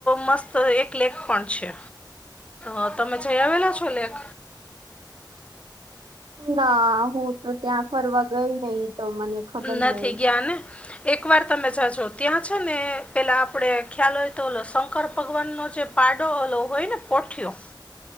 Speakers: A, on the left; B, on the right.
A: મસ્ત એક લેક પણ છે. અ તમે જઈ આવેલા છો લેક?
B: ના હું તો ત્યાં ફરવા ગઈ નહીં તો મને ખબર
A: નથી
B: નહિ
A: ગયા ને. એકવાર તમે જાજો, ત્યાં છે ને પેલાં આપણે ખ્યાલ હોય તો ઓલો શંકર ભગવાનનો જે પાડો ઓલો હોયને પોઠ્યો